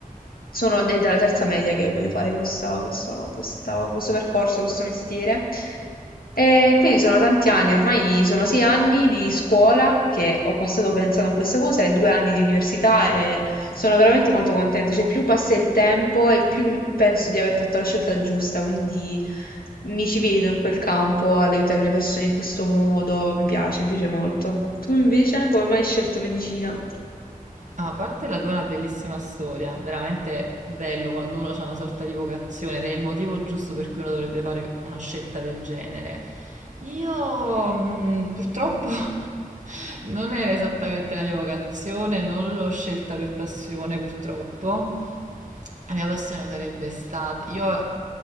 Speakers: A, on the left (about 85°); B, on the right (about 55°).
A: Sono de- dalla terza media che voglio fare questa- questo, questa- questo percorso, questo mestiere. E quindi sono tanti anni, ormai sono sei anni di scuola che ho passato pensando a questa cosa e due anni di università e sono veramente molto contenta. Cioè, più passa il tempo e più penso di aver fatto la scelta giusta, quindi mi ci vedo in quel campo all'aiutare le persone in questo modo. Mi piace, mi piace molto. Tu invece, come mai hai scelto medicina?
B: Ah, a parte la tua è una bellissima storia, veramente bello quando uno ha una sorta di vocazione ed è il motivo giusto per cui uno dovrebbe fare una scelta del genere. Io, mhmm, purtroppo <laughs> non era esattamente la mia vocazione, non l'ho scelta per passione purtroppo. La mia passione sarebbe stata io